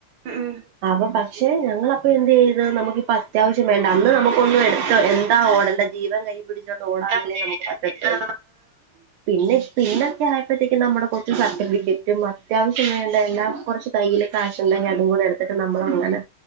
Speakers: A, on the right; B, on the right.
A: ഉം ഉം
B: അപ്പൊ പക്ഷെ ഞങ്ങള ഇപ്പൊന്ത് യ്ത് നമുക്കിപ്പത്യാവശ്യ വേണ്ട അന്ന് നമുക്കൊന്നും എടുത്ത് എന്താ ഓടണ്ട ജീവ കഴി പിടിച്ചോണ്ട് ഓടാനല്ലേ
A: അതെ
B: നമുക്ക് പറ്റത്തോ
A: ആ
B: പിന്നെ പിന്നൊക്കെ ആയപ്പോഴത്തേക്കും നമ്മുടെ കുറച്ച് സർട്ടിഫിക്കറ്റും അത്യാവശ്യം വേണ്ട എല്ലാം കുറച്ച് കയ്യിയില് കാശ്ണ്ടെങ്കി അതുംകൂടെ എടുത്തിട്ട് നമ്മൾ അങ്ങനെ.